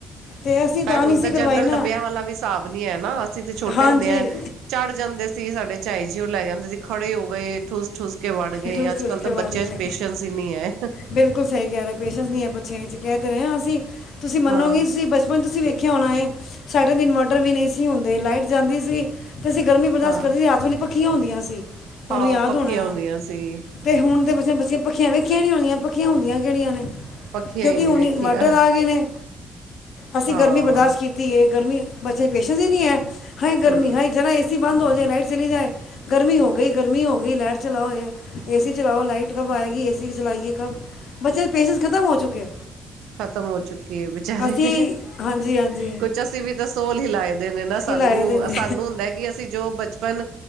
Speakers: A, on the left (about 65°); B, on the right (about 85°).
A: ਤੇ ਅਸੀਂ
B: ਭ ਹੁਣ
A: ਨਹੀਂ ਸੀ
B: ਤਾਂ
A: ਕਰਵਾਈ
B: ਜਨਰਲ
A: ਨਾ
B: ਡੱਬਿਆਂ ਵਾਲਾ ਵੀ ਹਿਸਾਬ ਨੀ ਹੈ ਨਾ ਅਸੀਂ ਤੇ ਛੋਟੇ
A: ਹਾਂਜੀ
B: ਹੁੰਦੇ ਆ ਚੜ੍ਹ ਜਾਂਦੇ। ਸੀਗੇ ਸਾਡੇ ਚਏ ਜੀ ਉਹ ਲੈ ਜਾਂਦੇ ਸੀ ਖੜੇ ਹੋ ਗਏ ਠੁਸ ਠੁਸ ਵੜ ਗਏ
A: ਠੂਸ
B: ਅੱਜ
A: ਠੂਸ
B: ਕੱਲ੍ਹ ਤਾਂ
A: ਕੇ ਵੜ
B: ਬੱਚਿਆਂ
A: ਗਏ
B: ਚ ਪੇਸ਼ੈਂਸ ਹੀ ਨੀ ਹੈ।
A: ਬਿਲਕੁਲ ਸਹੀ ਕਹਿ ਰਹੇ ਪੇਸ਼ੈਂਸ ਨਹੀਂ ਹੈ ਬੱਚਿਆਂ 'ਚ ਕਹਿ ਰਹੇ ਹਾਂ ਅਸੀਂ ਤੁਸੀਂ ਮੰਨੋਗੇ
B: ਹਾਂ
A: ਤੁਸੀਂ ਬਚਪਨ ਚ ਤੁਸੀਂ ਵੇਖ ਖਿਆ ਹੋਣਾ ਸਾਈਡਾਂ ਦੇ ਇਨਵਰਟਰ ਵੀ ਨਹੀਂ ਸੀ ਹੁੰਦੇ ਲਾਈਟ ਜਾਂਦੀ ਸੀ। ਤੇ ਅਸੀਂ ਗਰਮੀ ਬਰਦਾਸ਼ਤ
B: ਹਾਂ
A: ਕਰਦੇ ਹੱਥੋਂ ਲਈ ਪੱਖੀਆਂ ਹੁੰਦੀਆਂ ਸੀ ਤੁਹਾਨੂੰ
B: ਹਾਂ
A: ਯਾਦ
B: ਪੱਖੀਆਂ
A: ਹੋਣਾ
B: ਹੁੰਦੀਆਂ ਸੀ
A: ਤੇ ਹੁਣ ਤੇ ਬਸੇ ਬੱਸੀਆਂ ਪੱਖੀਆਂ ਵੇਖੀਆਂ ਨੀ ਹਦੀਆਂ ਪੱਖੀਆਂ ਹੁੰਦੀਆਂ ਕਿਹੜੀਆਂ ਨੇ
B: ਪੱਖੀਆਂ
A: ਕਿਉਂਕਿ
B: ਹੀ ਨਹੀਂ
A: ਹੁਣ
B: ਵੇਖੀਆਂ
A: ਇਨਵਰਟਰ ਆ ਗਏ ਨੇ ਅਸੀਂ
B: ਹਾਂ
A: ਗਰਮੀ ਬਰਦਾਸ਼ਤ ਕੀਤੀ ਹੈ ਗਰਮੀ ਬੱਚੇ ਪੇਸ਼ਣ ਦੀ ਨੀ ਹੈ ਹਏ ਗਰਮੀ
B: ਹਮ
A: ਹੈਾ ਜਰਾ ਏਸੀ ਬੰਦ ਹੋ ਜਾਏ ਲਾਈਟ ਚਲੀ ਜਾਏ ਗਰਮੀ ਹੋ ਗਈ ਗਰਮੀ ਹੋ ਗਈ ਲਾਈਟ। ਚਲਾਓ ਏਸੀ ਚਲਾਓ ਲਾਈਟ ਕਬ ਆਏਗੀ ਏਸੀ ਚਲਾਈਏ ਕਬ ਬੱਚ ਪੇਸੈਂ ਖਤਮ ਹੋ ਚੁੱਕੇ।
B: ਖਤਮ ਹੋ ਚੁੱਕੀ ਹੈ ਬੇਚਾਰੇ
A: ਅਸੀਂ ਹਾਂਜੀ ਹਾਂਜੀ
B: ਕੁਛ ਅਸੀਂ ਵੀ ਤਾਂ ਸੋਲ ਹੀ ਲਾ ਨੇ ਨਾ ਸਾਨੂੰ
A: ਇਹ ਲਾਏ ਦੇ ਨੇ
B: ਸਾਨੂੰ ਹੁੰਦਾ ਕਿ ਅਸੀਂ ਜੋ ਬਚਪਨ